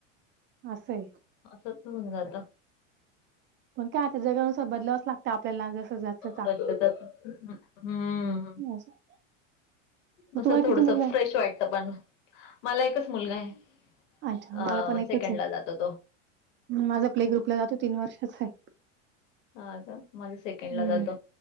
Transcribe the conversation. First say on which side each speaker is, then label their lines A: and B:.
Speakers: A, on the right (about 30°); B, on the left (about 70°).
A: असं हे.
B: असंच होऊन जात.
A: पण काय आता जगानुसार बदलावच लागतं आपल्याला जसं जात.
B: त्यातलं त्यात हंम्म.
A: असं. मग
B: असं
A: तुम्हाला
B: थोडस
A: किती मुलं आहे?
B: फ्रेश वाटत पण मला एकच मुलगा आहे.
A: अच्छा
B: अ
A: मला पण एकच
B: सेकंड
A: आहे.
B: ला जातो तो‌.
A: माझा प्ले ग्रुपला जातो तीन वर्षाच आहे.
B: हा का माझा सेकंड ला
A: हं.
B: जातो.